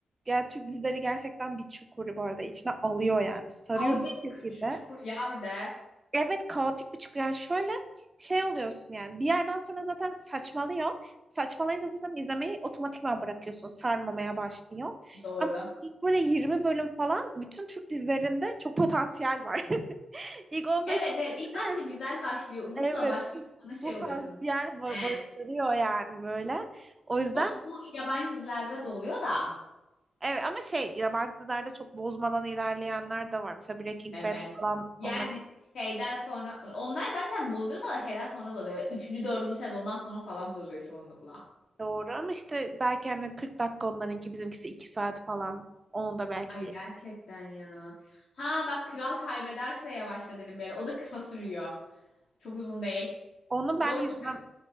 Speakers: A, on the right; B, on the left.
A: Ya Türk dizileri gerçekten bir çukuru bu arada içine alıyor yani sarıyor
B: Kaotik
A: bir şekilde.
B: bir kuş- çukur ya bir de.
A: Evet kaotik bir çıkı yani şöyle şey oluyorsun yani bir yerden sonra zaten saçmalıyor. Saçmalayınca zaten izlemeyi otomatikman bırakıyorsun sarmamaya başlıyor.
B: Doğru.
A: Ama ilk böyle 20 bölüm falan bütün Türk dizilerinde çok potansiyel var. <laughs> İlk 15
B: Evet evet ilk
A: bölüm
B: başta
A: hepsi-
B: güzel başlıyor. Umutla
A: evet
B: başlıyor sonra şey
A: potansiyel
B: oluyorsun.
A: bar-
B: Ee.
A: barındırıyor yani böyle. O yüzden
B: Hoş bu yabancı dizilerde de oluyor da.
A: evet ama şey yabancı dizilerde çok bozmadan ilerleyenler de var. Mesela Breaking
B: Evet.
A: Bad falan
B: Yani
A: onlar
B: şeyden sonra onlar zaten bozuyorsa da şeyden sonra bozuyor. Öyle Üçüncü, dördüncü sezondan sonra falan bozuyor çoğunlukla.
A: Doğru ama işte belki hani 40 dakika onlarınki bizimkisi 2 saat falan. Onu da belki
B: Ay
A: bir
B: gerçekten ya. Ha bak kral kaybederse yavaşla dedim bir ara. O da kısa sürüyor. Çok uzun değil.
A: Onu ben
B: Ve onun
A: izlem
B: kitabı...